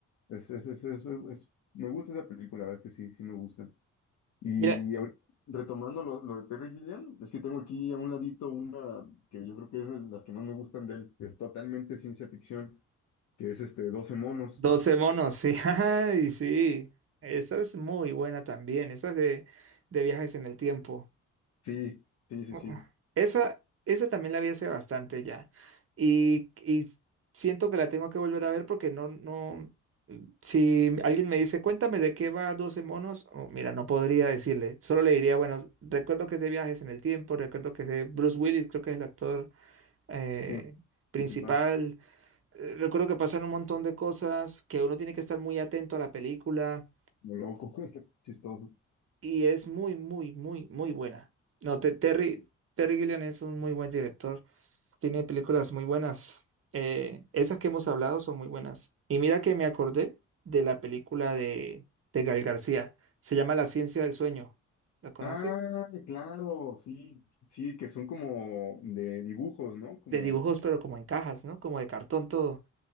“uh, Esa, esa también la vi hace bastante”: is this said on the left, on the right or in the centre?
Right